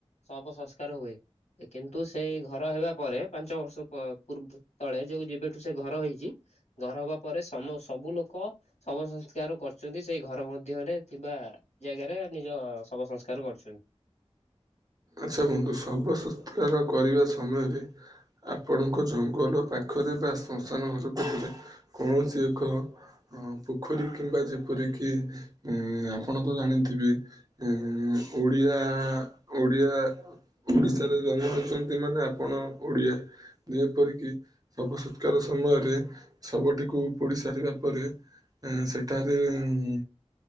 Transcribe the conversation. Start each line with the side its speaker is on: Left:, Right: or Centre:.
Left: ଶବ ସଂସ୍କାର ହୁଏ। କିନ୍ତୁ ସେଇ ଘର ହେବା ପରେ ପାଞ୍ଚ ବର୍ଷ ପ ପୂର୍ବ ତଳେ ଯ ଯ ବେଠୁ ସେ ଘର ହେଇଛି! ଘର ହବା ପରେ ସମ ସବୁ ଲୋକ ଶବ ସଂସ୍କାର କରୁଛନ୍ତି ।ସେଇ ଘର ମଧ୍ୟରେ ଥିବା ଜାଗାରେ ନିଜ ଶବ ସଂସ୍କାର କରୁଛନ୍ତି।
Right: ଆଛା ବନ୍ଧୁ ଶବ ସତ୍କାର କରିବା ସମୟରେ ଆପଣଙ୍କ ଜଙ୍ଗଲ ପାଖରେ ବା ଶ୍ମଶାନ ଘର ପାଖରେ କୌଣସି ଏକ ହ ପୋଖରୀ କିମ୍ବା ଯେପର କିି ଉ ଆପଣ ତ ଜାଣିଥିବେ ଉ ଓଡ଼ିଆ ଓଡ଼ିଆ ଓଡିଶାରେ ଜନ୍ମ ହେଇଛନ୍ତି ମାନେ ଆପଣ ଓଡିଆ। ଯେପରିକି ଶବ ସତ୍କାର ସମୟରେ ଶବଟିକୁ ପୋଡ଼ି ସାରିବା ପରେ। ଉଁ ସେଠାରେ ଉଁ